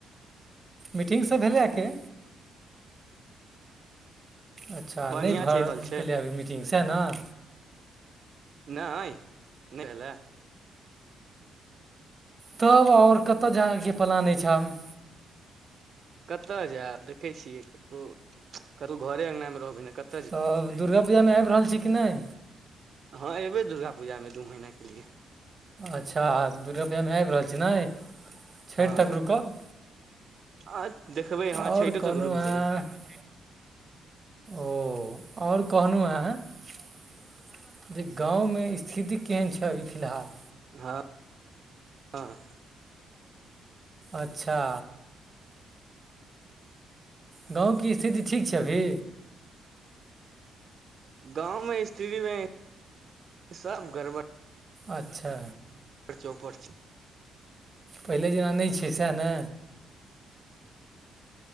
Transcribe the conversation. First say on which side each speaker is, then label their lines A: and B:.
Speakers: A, on the right; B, on the right.
A: मीटिंग सब भेलै आके। अच्छा
B: बढ़िआँ
A: नहि भर
B: चलि रहल छै
A: पेलैया अभी मीटिंग सऽ नअ।
B: नहि नहि भेला।
A: तब ओर कतऽ जायके प्लान अछि हम
B: कतय जायब देखै छियै कतहु कतहु घरे अङ्गना मे रहबै ने कत
A: तब दुर्गा पूजामे आबि रहल छी कि नहि?
B: हँ एयबै दुर्गा पूजामे दू महीना के लिए।
A: अच्छा दुर्गा पूजामे आबि रहल छी नै छठि
B: हँ
A: तक रुकब।
B: आ देखबै हाँ
A: आओर
B: छठो
A: कहलहुँ
B: तक रुकि
A: हँ
B: जेबै।
A: ओ आओर कहलहुँ हऽ जे गाँवमे स्थिति केहन छै अभी फिलहाल।
B: हँ हँ।
A: अच्छा। गाँवके स्थिति ठीक छै अभी?
B: गाँंव में स्त्री में सब गड़बड़
A: अच्छा।
B: चौपट छै।
A: पहिले जेना नहि छै सएह ने?